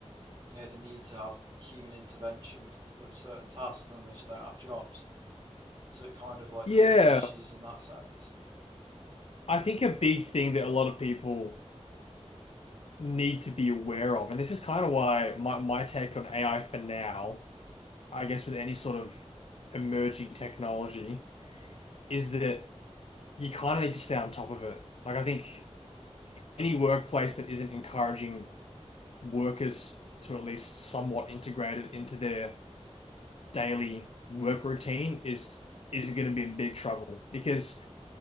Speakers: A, on the right; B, on the left.
A: you know, the need to have human intervention with, with certain tasks and then they just don't have jobs. So it kind of like
B: Yeah,
A: causes issues in that sense.
B: I think a big thing that a lot of people need to be aware of, and this is kind of why my, my take on AI for now, I guess with any sort of emerging technology, is that you kind of need to stay on top of it. Like, I think any workplace that isn't encouraging workers to at least somewhat integrate it into their daily work routine is is going to be in big trouble because